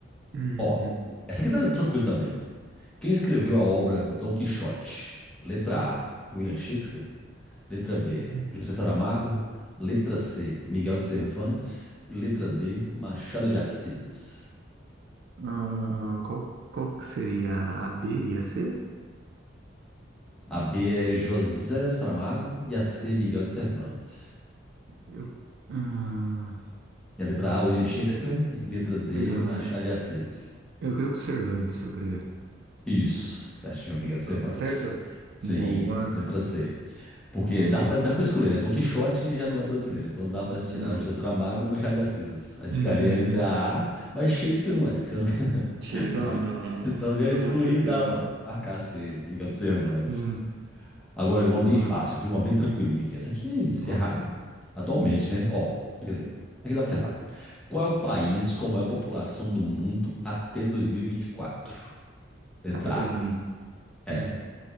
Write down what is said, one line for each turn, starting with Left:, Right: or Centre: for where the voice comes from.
Right: Uhum.
Centre: Ó, essa aqui tá tranquila também. Quem escreveu a obra Dom Quixote? Letra A, William Shakespeare. Letra B,
Right: Uhum.
Centre: José Saramago. Letra C, Miguel de Cervantes. E letra D, Machado de Assis.
Right: Ah, qual, qual que seria a B e a C?
Centre: A B é José Saramago e a C, Miguel de Cervantes.
Right: Eu, ah,
Centre: E a letra A, William Shakespeare.
Right: é,
Centre: E letra D,
Right: Não,
Centre: Machado de Assis.
Right: eu creio que Cervantes, eu creio.
Centre: Isso, certinho, Miguel Cervantes.
Right: Tá tá certo?
Centre: Sim,
Right: Boa.
Centre: letra C. Porque
Right: Aí.
Centre: dá pra, dá pra escolher, né? Dom Quixote já não é brasileiro, então dá pra
Right: Não
Centre: se tirar
Right: é.
Centre: José Saramago e Machado de Assis. Aí ficaria
Right: Uhum.
Centre: entre a A, mas Shakespeare não é, que você não quer. <laughs>
Right: Shakespeare não é, não, não, não.
Centre: Então já excluindo,
Right: Com certeza.
Centre: dá pra marcar C, Miguel de Cervantes.
Right: Hum,
Centre: Agora, deu uma
Right: boa,
Centre: bem fácil, viu? Uma bem tranquilinha aqui. Essa aqui, se
Right: boa.
Centre: errar, atualmente, né? Ó, quer dizer, aqui dá pra acertar. Qual é o país com a maior população do mundo até 2024? Letra
Right: Até 2000.
Centre: A,
Right: Hum.
Centre: é.